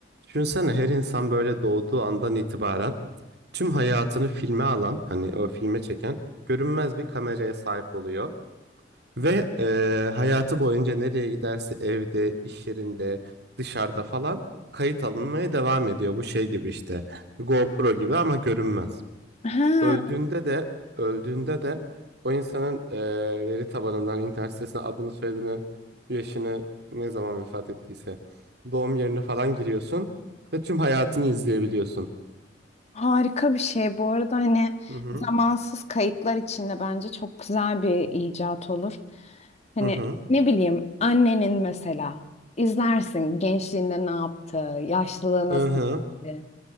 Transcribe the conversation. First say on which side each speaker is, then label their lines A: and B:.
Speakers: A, on the right; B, on the left.
A: Düşünsene her insan böyle doğduğu andan itibaren tüm hayatını filme alan, hani o filme çeken görünmez bir kameraya sahip oluyor. Ve eee, hayatı boyunca nereye giderse evde, iş yerinde, dışarıda falan kayıt alınmaya devam ediyor. Bu şey gibi işte GoPro gibi ama görünmez.
B: Ha,
A: Öldüğünde de öldüğünde de o insanın e, veri tabanından internet sitesine adını, soyadını, yaşını ne zaman vefat ettiyse doğum yerini falan giriyorsun ve tüm hayatını izleyebiliyorsun.
B: harika bir şey. Bu arada hani
A: Hı hı.
B: zamansız kayıtlar içinde bence çok güzel bir icat olur. Hani
A: Hı hı.
B: ne bileyim annenin mesela izlersin gençliğinde ne yaptı, yaşlılığı nasıl
A: Hı hı.
B: geçti.